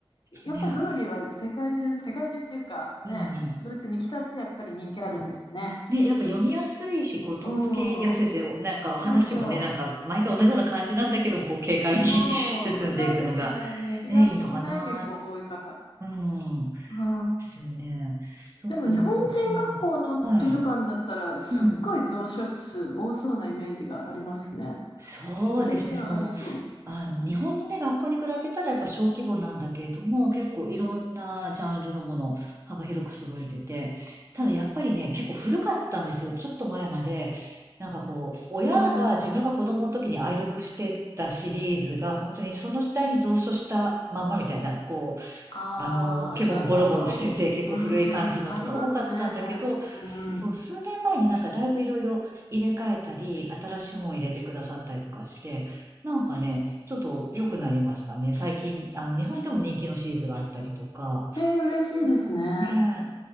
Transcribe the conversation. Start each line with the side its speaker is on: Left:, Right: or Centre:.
Left: やっぱゾロリは世界中で、
Right: ね、
Left: 世界中っていうかね、
Right: うん。
Left: ドイツに来たってやっぱり人気あるんですね。
Right: ね、やっぱ読みやすいし、こう、とっつきやすいし、
Left: うん。
Right: なんか話もね、
Left: そうそ
Right: なんか毎回同じような感じなんだけども、こう、軽快に
Left: う。
Right: <laughs> 進んでいくのが、
Left: うん。そうそう、軽快に。イラストもね、
Right: ね、いいのかな。
Left: 結構多いから。
Right: うん。で
Left: あ
Right: すよね。そうか、
Left: でも日本人学校の図書館だったらすっごい蔵書数多そうなイメージがありますね。
Right: でも、うん。はい。うん。そうですね、
Left: めちゃくちゃありそ
Right: その、あの、日本のね、学校に比べたらやっぱ小規模なんだけれども、結構いろんなジャンルのものを幅広く揃えてて、ただやっぱりね、結構古かったんですよ。ちょっと前まで。なんかこう、親が自分が子供の時に愛読してたシリーズが、
Left: う。あー
Right: 本当にその時代に蔵書したまんまみたいな、こ
Left: ああ、
Right: あの、結構もうボロボロしてて、
Left: なるほど。
Right: 結構古い感じのとか多かったんだけど、
Left: うん、ありますね、たまに。うんうん。
Right: そう、数年前になんかだいぶいろいろ入れ替えたり、新しい本を入れてくださったりとかして、なんかね、ちょっと良くなりましたね。最近、あの、日本でも人気のシリーズがあったりとか、
Left: えー、嬉しいですね。
Right: ね